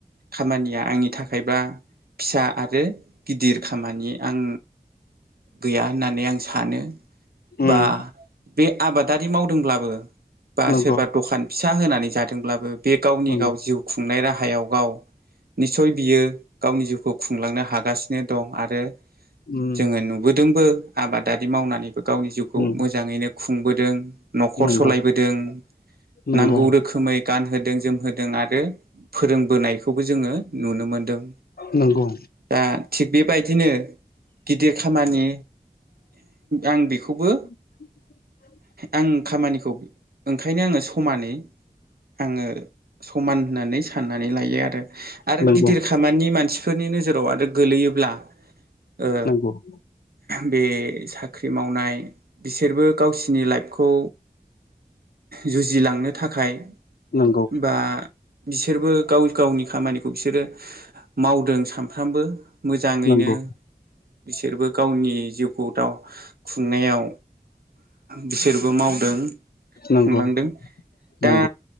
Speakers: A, on the right; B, on the left.
A: खामानिया आंनि थाखायबा फिसा आरो गिदिर खामानि आं गैया होननानै आं सानो
B: उम
A: बा बे आबादारि मावदोंब्लाबो बा
B: नंगौ
A: सोरबा दखान फिसा होनानै जादोंब्लाबो बे गावनि
B: नंगौ
A: गाव जिउ खुंनाय राहायाव गाव निस्सय बियो गावनि जिउखौ खुंलांनो हागासिनो दं आरो
B: उम
A: जोङो नुबोदोंबो आबादारि मावनानैबो गावनि जिउखौ
B: उम
A: मोजाङैनो खुंबोदों नख'र
B: नंगौ
A: सलायबोदों
B: नंगौ
A: नांगौ रोखोमै गानहोदों जोम होदों आरो फोरोंबोनायखौबो जोङो नुनो मोनदों
B: नंगौ
A: दा थिग बेबायदिनो गिदिर खामानि आं बेखौबो
B: <inaudible>
A: आं खामानिखौ ओंखायनो आङो समानै आङो समान होननानै सान साननानै लायो आरो आरो
B: नंगौ
A: गिदिर खामानि मानसिफोरनि नोजोराव आरो गोलैयोब्ला ओ
B: नंगौ नंगौ
A: बे साख्रि मावनाय बिसोरबो गावसिनि लाइफखौ जुजिलांनो थाखाय
B: नंगौ
A: बा बिसोरबो गाव गावनि खामानिखौ बिसोरो मावदों सानफ्रामबो मोजाङैनो
B: नंगौ
A: बिसोरबो गावनि जिउखौ दाव खुंनायाव बिसोरबो मावदों
B: नंगौ
A: खुंलांदों दा
B: नंगौ